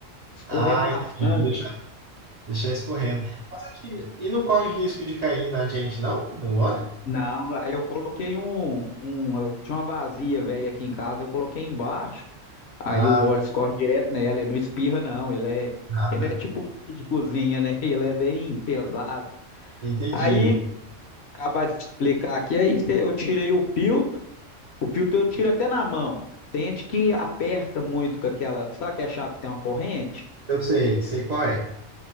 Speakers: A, on the left (about 60°); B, on the right (about 55°).
A: escorrer
B: Ah,
A: bastante.
B: entendi. Vou deixar, deixar escorrendo. Mas aqui, e não corre risco de cair na gente, não? O óleo?
A: Não, aí eu coloquei um, um, eu tinha uma vazia velha aqui em casa, eu coloquei embaixo,
B: Ah,
A: aí o óleo escorre direto nela, ele não espirra não, ele é,
B: tá.
A: ele
B: tá.
A: não é tipo um molho de cozinha, né? <laughs> Ele é bem pesado.
B: Entendi.
A: Aí, acabar de te explicar aqui, aí cê- eu tirei o filtro, o filtro eu tiro até na mão. Tem gente que aperta muito com aquela, sabe que a chave que tem uma corrente?
B: Eu sei, sei qual é.